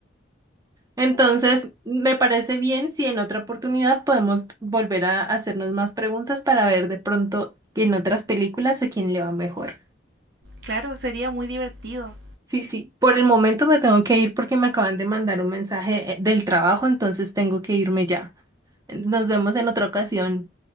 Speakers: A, on the right (about 20°); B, on the right (about 60°).
A: Entonces, me parece bien si en otra oportunidad podemos volver a hacernos más preguntas para ver de pronto en otras películas a quién le va mejor.
B: Claro, sería muy divertido.
A: Sí, sí. Por el momento me tengo que ir porque me acaban de mandar un mensaje eh, del trabajo, entonces tengo que irme ya. Nos vemos en otra ocasión.